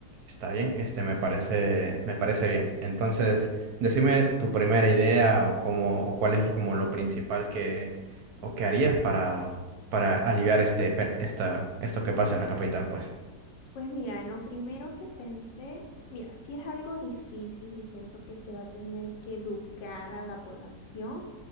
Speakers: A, on the right (about 70°); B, on the left (about 80°).
A: Está bien, este me parece, me parece bien. Entonces, decime tu primera idea o cómo, o cuál es como lo principal que, o que harías para, para aliviar este, fe- esta, esto que pasa en la capital, pues.
B: Pues mira, en lo primero que pensé, mira, si es algo difícil y siento que se va a tener que educar a la población